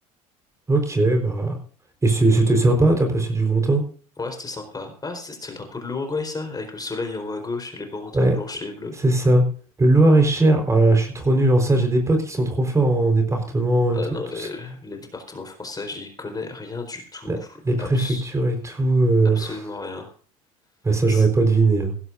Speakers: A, on the right (about 15°); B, on the left (about 20°).
A: Ok, bah. Et c'est- c'était sympa, t'as passé du bon temps.
B: Ouais, c'était sympa. Ah, c'était c'était le drapeau de l'Uruguay, ça? Avec le soleil en haut à gauche et les bandes
A: Ouais,
B: blanches et bleues.
A: c'est ça. Le Loir-et-Cher, oh là là, je suis trop nul en ça, j'ai des potes qui sont trop forts en département
B: Ah
A: et tout,
B: non,
A: tout
B: les,
A: ce-
B: les départements français, j'y connais rien du tout.
A: la- les préfectures
B: Abs-
A: et tout. euh,
B: absolument
A: pff,
B: rien.
A: bah ça,
B: C'est-
A: j'aurais pas deviné. hein.